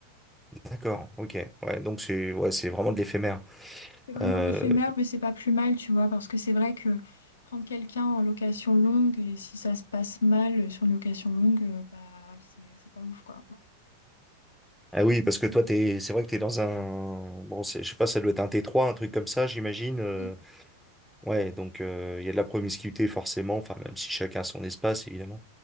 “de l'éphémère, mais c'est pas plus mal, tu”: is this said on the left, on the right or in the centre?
Left